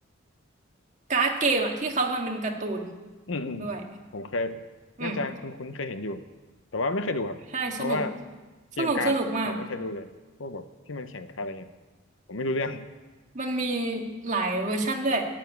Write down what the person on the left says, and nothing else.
อืมอืม
ผมเคย
น่าจะคุ้นๆเคยเห็นอยู่แต่ว่าไม่เคยดูครับเพราะว่า
เกมการ์ดผมไม่เคยดูเลยพวกแบบที่มันแข่งการ์ดอะไรเงี้ย
ผมไม่รู้เรื่อง